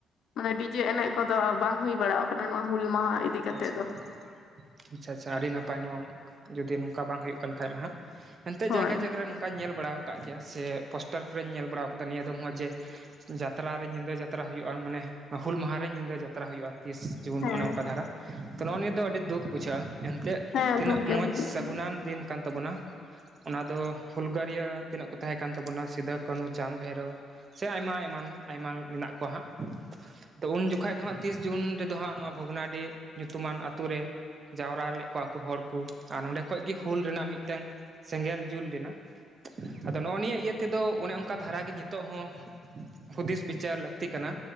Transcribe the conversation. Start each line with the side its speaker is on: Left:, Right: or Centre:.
Left: ᱢᱟᱱᱮ ᱰᱤᱡᱮ ᱮᱱᱮᱡ ᱠᱚᱫᱚ ᱵᱟᱝ ᱦᱩᱭ ᱵᱟᱲᱟ ᱠᱟᱱᱟ ᱱᱚᱣᱟ ᱦᱩᱞ ᱢᱟᱦᱟ ᱠᱟᱛᱮᱜ
Right: ᱟᱪᱷᱟ
Left: ᱫᱚ
Right: ᱾ ᱟᱪᱷᱟ ᱟᱪᱷᱟ ᱟᱹᱰᱤ ᱱᱟᱯᱟᱭ ᱱᱚᱣᱟ ᱡᱩᱫᱤ ᱱᱚᱝᱠᱟ ᱵᱟᱝ ᱦᱩᱭᱩᱜ ᱠᱟᱱ ᱠᱷᱟᱡ ᱢᱟ ᱦᱟᱸᱜ ᱾ ᱮᱱᱛᱮᱜ
Left: ᱦᱳᱭ
Right: ᱡᱟᱭᱜᱟ ᱡᱟᱭᱜᱟ ᱨᱮ ᱱᱚᱝᱠᱟᱧ ᱧᱮᱞ ᱵᱟᱲᱟ ᱠᱟᱫ ᱜᱮᱭᱟ ᱥᱮ ᱯᱳᱥᱴᱟᱨ ᱠᱚᱨᱮᱧ ᱧᱮᱞ ᱵᱟᱲᱟ ᱟᱠᱟᱫᱟ ᱱᱤᱭᱟᱹ ᱫᱚᱢ ᱦᱚᱸ ᱡᱮ ᱡᱟᱛᱨᱟ ᱨᱮ ᱧᱤᱫᱟᱹ ᱡᱟᱛᱨᱟ ᱦᱩᱭᱩᱜᱼᱟ ᱢᱟᱱᱮ ᱦᱩᱞ ᱢᱟᱦᱟ ᱨᱮ ᱧᱤᱫᱟᱹ ᱡᱟᱛᱨᱟ ᱦᱩᱭᱩᱜᱼᱟ ᱛᱤᱥ ᱡᱮᱢᱚᱱ
Left: ᱦᱮᱸ
Right: ᱚᱱᱮ ᱚᱱᱠᱟ ᱫᱷᱟᱨᱟ ᱛᱚ ᱱᱚᱜᱼᱚ ᱱᱤᱭᱟᱹ ᱟᱹᱰᱤ ᱫᱩᱠᱷ ᱵᱩᱡᱷᱟᱹᱜᱼᱟ᱾ ᱪᱮᱫᱽ
Left: ᱦᱮᱸ
Right: ᱛᱤᱱᱟᱹᱜ
Left: ᱫᱩᱠ ᱜᱮ
Right: ᱢᱚᱸᱡᱽ
Left: ᱵᱩᱡᱷᱟᱹᱜ
Right: ᱥᱟᱹᱜᱩᱱᱟᱱ
Left: ᱛᱟᱦᱮᱸ
Right: ᱫᱤᱱ ᱠᱟᱱ ᱛᱟᱵᱚᱱᱟ ᱚᱱᱟ ᱫᱚ ᱦᱩᱞᱜᱟᱹᱨᱤᱭᱟᱹ ᱛᱤᱱᱟᱹᱜ ᱠᱚ ᱛᱟᱦᱮᱸ ᱠᱟᱱ ᱛᱟᱵᱚᱱᱟ ᱥᱤᱫᱟᱹ ᱠᱟᱹᱱᱦᱩ ᱪᱟᱸᱫᱽ ᱵᱷᱟᱭᱨᱳ ᱥᱮ ᱟᱭᱢᱟ ᱮᱢᱟᱱ ᱟᱭᱢᱟᱱ ᱢᱮᱱᱟᱜ ᱠᱚᱣᱟ ᱦᱟᱸᱜ ᱟᱫᱚ ᱩᱱ ᱡᱚᱠᱷᱟᱜ ᱫᱚ ᱦᱟᱸᱜ ᱛᱤᱨᱤᱥ ᱡᱩᱱ ᱨᱮᱫᱚ ᱦᱟᱸᱜ ᱱᱚᱣᱟ ᱵᱷᱚᱜᱽᱱᱟᱰᱤ ᱧᱩᱛᱩᱢᱟᱱ ᱟᱛᱩ ᱨᱮ ᱡᱟᱣᱨᱟ ᱞᱮᱫ ᱠᱚᱣᱟ ᱠᱚ ᱦᱚᱲ ᱠᱚ ᱟᱨ ᱱᱚᱸᱰᱮ ᱠᱷᱚᱡᱽ ᱜᱮ ᱦᱩᱞ ᱨᱮᱱᱟᱜ ᱢᱤᱫᱴᱮᱱ ᱥᱮᱸᱜᱮᱞ ᱡᱩᱞ ᱞᱮᱱᱟ ᱟᱫᱚ ᱱᱚᱜᱼᱚ ᱱᱤᱭᱟᱹ ᱤᱭᱟᱹ ᱛᱮᱫᱚ ᱚᱱᱮ ᱚᱱᱠᱟ ᱫᱷᱟᱨᱟᱜᱮ ᱱᱤᱛᱚᱜ ᱦᱚᱸ ᱦᱩᱫᱤᱥ ᱵᱤᱪᱟᱹᱨ ᱞᱟᱹᱠᱛᱤ ᱠᱟᱱᱟ